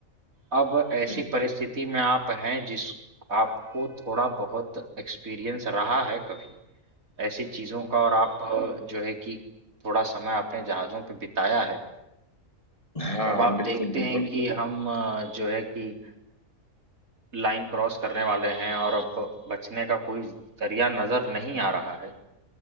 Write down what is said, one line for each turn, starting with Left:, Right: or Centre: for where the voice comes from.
Right: अब ऐसी
Left: हम्म।
Right: परिस्थिति में आप हैं जिस आपको थोड़ा बहुत एक्सपीरियंस रहा है कभी ऐसी चीजों का और आप अ, जो है कि थोड़ा समय आपने जहाजों पे बिताया है
Left: हाँ
Right: और अब
Left: हाँ हाँ
Right: आप
Left: बिल्कुल
Right: देखते
Left: बिल्कुल
Right: हैं कि हम अ, जो है कि लाइन क्रॉस करने वाले हैं और अब बचने का कोई जरिया नजर नहीं आ रहा है